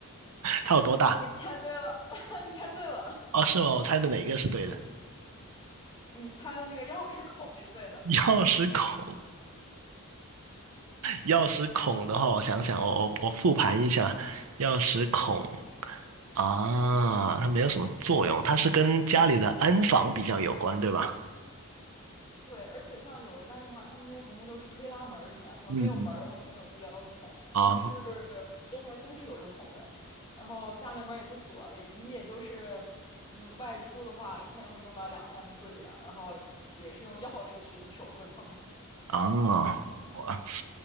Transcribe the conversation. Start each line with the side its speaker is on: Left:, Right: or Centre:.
Right: 它有多大？
Left: 你猜对了，<laughs> 你猜对了，
Right: 哦，是吗？我猜的哪个是对的？
Left: <laughs> 你猜的那个钥匙孔是对的。
Right: 钥匙孔，钥匙孔的话，我想想，我我我复盘一下，钥匙孔。啊，它没有什么作用，它是跟家里的安防比较有关，对吧？
Left: 对，而且像有的家庭的话，他们那些房间都是推拉门儿什么呀，可能没有门儿的话就没有这个钥匙孔，
Right: 嗯，啊
Left: 但是很多门儿都是有这个孔的，然后家里门儿也不锁，也你也就是嗯外出的话，一天会用到两三次这样，然后也是用钥匙去，你手不会碰它。
Right: 哦，哇，